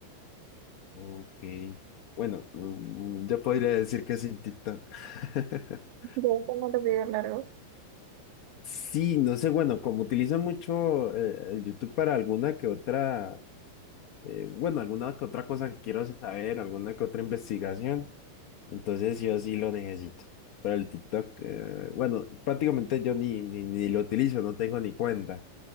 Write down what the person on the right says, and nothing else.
¿Te gustan más los videos largos?